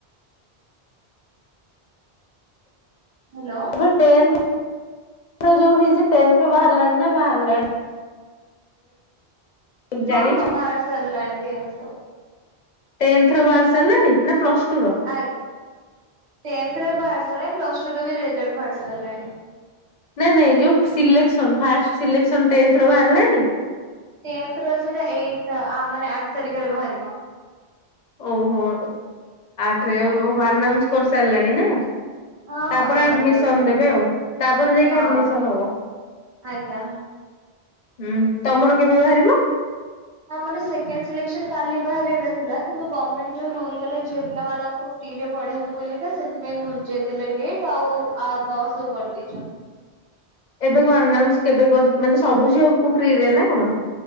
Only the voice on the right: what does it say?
ହ୍ୟାଲୋ।
ହଁ ହଁ ବାହାର ସାରିଲାଣି ଟେନ୍ଥର।
ଆକ୍ ଟେନ୍ଥର ବି ବାହାରି ସାରିଲଣି ପ୍ଲସ ଟୁ ର ବି ରେଜଲ୍ଟ ବାହାରି ସାରିଲାଣି।
ଟେନ୍ଥର ସେଇଟା ଏଇଟା ମାନେ ଆଠ ତାରିଖରେ ବାହାରିବ।
ଆଜ୍ଞା।
ହଁ
ହଁ ଆନାଉନ୍ସ
କରିସାରିଲେଣି
ହଁ
ଆଜ୍ଞା।
ଆମର ସେକେଣ୍ଡ ସିଲେକ୍ସନ କାଲି ବାହାରିବାର ଥିଲା କିନ୍ତୁ ଗମେଣ୍ଟ ଯୋଉ ରୁଲ୍ କଲେ ଝିଅ ପିଲାମାନାନଙ୍କୁ ଫ୍ରିରେ ପଢେଇବୁ ବୋଲିକା ସେଥିପାଇଁ ଘୁଞ୍ଚେଇ ଦେଲେ ଡେଟ୍ ଆଉ ଦଶକୁ କରିଦେଇଚନ୍ତି।